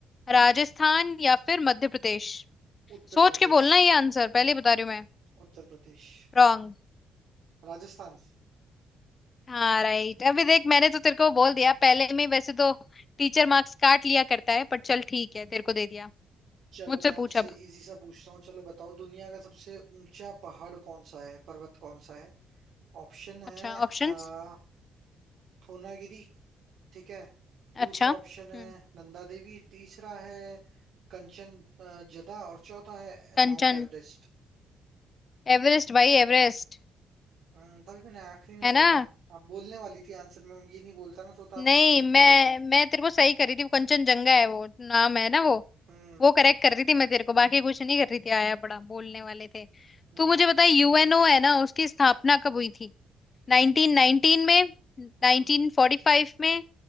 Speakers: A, on the left (about 35°); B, on the right (about 70°).
A: राजस्थान या फिर मध्य प्रदेश
B: उत्तर
A: सोच
B: प्रदेश
A: के बोलना ये आंसर पहले ही बता रही हूँ मैं
B: उत्तर प्रदेश
A: रॉन्ग
B: राजस्थान
A: हाँ राइट अभी देख मैंने तो तेरे को बोल दिया पहले में वैसे तो टीचर मार्क्स काट लिया करता है पर चल ठीक है तेरे को दे दिया
B: चलो
A: मुझसे
B: मैं आपसे
A: पूछ अब
B: इजी सा पूछता हूँ चलो बताओ दुनिया का सबसे ऊंचा पहाड़ कौन सा है पर्वत कौन सा है ऑप्शन है
A: अच्छा ऑप्शंस
B: आ, थोनागिरी ठीक है दूसरा
A: अच्छा
B: ऑप्शन है
A: हम्म
B: नंदा देवी तीसरा है कंचन अ, जदा और चौथा है
A: कंचन
B: माउंट एवरेस्ट
A: एवरेस्ट भाई एवरेस्ट
B: हम्म, तभी मैंने आखिरी में
A: है
B: बोला
A: ना
B: आप बोलने वाली थी आंसर में ये नहीं बोलता ना तो, तो आप
A: नहीं
B: दिक्कत
A: मैं
B: होती
A: मैं तेरे को सही कर रही थी वो कंचनजंगा है वो नाम है ना वो
B: हम्म
A: वो करेक्ट कर रही थी मैं तेरे को बाकी कुछ नहीं कर रही थी आया बड़ा बोलने वाले थे
B: हम्म
A: तू मुझे बता यूएनओ है ना उसकी स्थापना कब हुई थी 1919
B: ये-
A: में 1945
B: हम्म
A: में